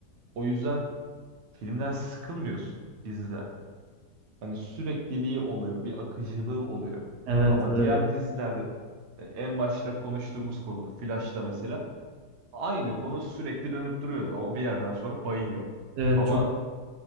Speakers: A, on the right; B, on the right.
A: O yüzden filmden sıkılmıyorsun diziden. Hani sürekliliği oluyor, bir akıcılığı oluyor.
B: Evet,
A: Ama
B: evet.
A: diğer dizilerde e, en başta konuştuğumuz konu Flash'ta mesela aynı konu sürekli dönüp duruyordu. O bir yerden sonra bayıyor.
B: Evet
A: Ama
B: çok